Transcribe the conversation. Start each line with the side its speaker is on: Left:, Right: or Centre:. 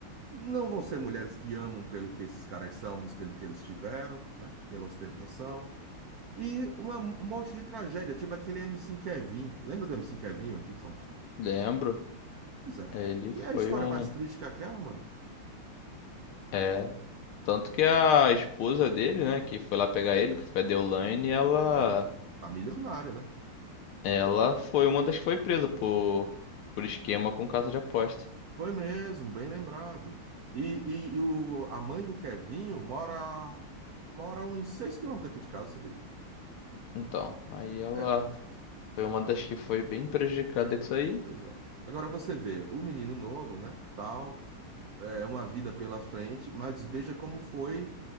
Right: não vão ser mulheres que amam pelo que esses caras são, mas pelo que eles tiveram, né? Pela ostentação. E uma- um monte de tragédia, tipo aquele MC Kevin. Lembra do MC Kevin aqui de São Paulo?
Left: lembro.
Right: Pois é.
Left: Ele
Right: Que
Left: foi
Right: é a história
Left: um.
Right: mais triste que aquela, mano.
Left: É. Tanto que a esposa dele, né, que foi lá pegar ele, que foi a Deolane, ela.
Right: A Deolane. Tá milionária, né?
Left: Ela foi uma das que foi presa por, por esquema com casa de aposta.
Right: Foi mesmo, bem lembrado. E, e, e o, a mãe do Kevinho mora, mora uns 6 quilômetros daqui de casa, sabia?
Left: Então, aí ela
Right: É,
Left: foi uma das que foi bem prejudicada com isso aí.
Right: pois é. Agora você vê, o menino novo, né? Tal, é uma vida pela frente, mas veja como foi